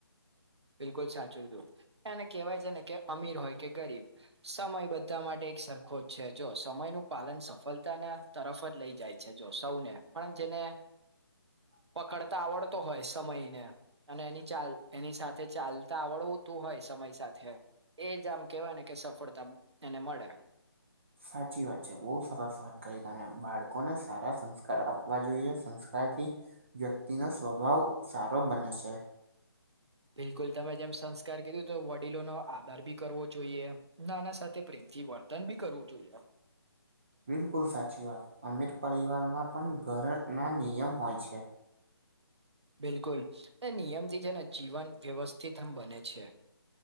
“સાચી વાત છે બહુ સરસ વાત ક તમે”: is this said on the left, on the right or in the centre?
Right